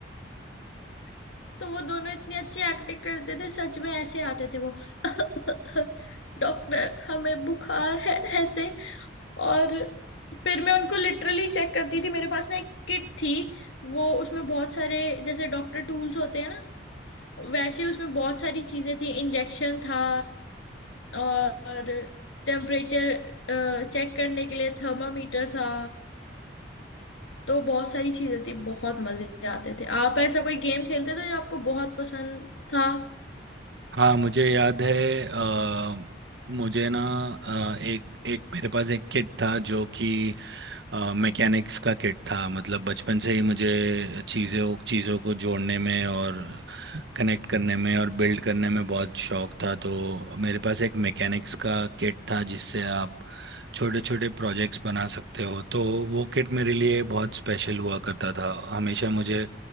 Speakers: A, on the left (about 80°); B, on the right (about 65°).
A: <laughs> तो वो दोनों इतनी अच्छी एक्टिंग करते थे सच में ऐसे आते थे वो <laughs> डॉक्टर हमें बुखार है ऐसे और फिर मैं उनको लिटरली चेक करती थी मेरे पास ना एक किट थी वो उसमें बहुत सारे जैसे डॉक्टर टूल्स होते हैं ना वैसे उसमें बहुत सारी चीजें थी इंजेक्शन था और टेम्परेचर चेक करने के लिए थर्मामीटर था तो बहुत सारी चीजें थी बहुत मजे आते थे आप ऐसा कोई गेम खेलते थे जो आपको बहुत पसंद था
B: हाँ मुझे याद है अ, मुझे ना अ, एक एक मेरे पास एक किट था जो कि मैकेनिक्स का किट था मतलब बचपन से ही मुझे चीज़ों चीज़ों को जोड़ने में और कनेक्ट करने में और बिल्ड करने में बहुत शौक था तो मेरे पास एक मैकेनिक्स का किट था जिससे आप छोटे छोटे प्रोजेक्ट्स बना सकते हो तो वो किट मेरे लिए बहुत स्पेशल हुआ करता था हमेशा मुझे